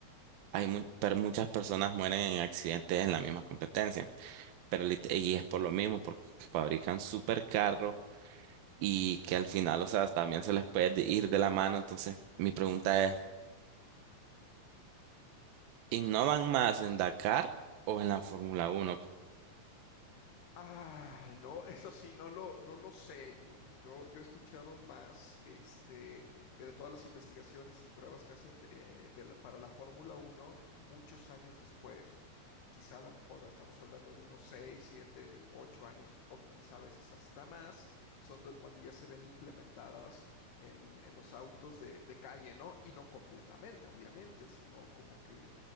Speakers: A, on the right; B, on the left.
A: Hay mu- per- muchas personas mueren en accidentes en la misma competencia, pero lit- y es por lo mismo, porque fabrican supercarros y que al final, o sea, también se les puede de- ir de la mano. Entonces, mi pregunta es, ¿innovan más en Dakar o en la Fórmula Uno?
B: Ah, no, eso sí, no lo, no lo sé. Digo, yo, yo he escuchado más este, que de todas las investigaciones y pruebas que hacen de- eh, de la- para la Fórmula Uno, muchos años después, quizá a lo mejor estamos hablando de unos 6, 7, 8 años, o quizá a veces hasta más, son de cuando ya se ven implementadas en, en los autos de, de calle, ¿no? Y no completamente, obviamente, sino como que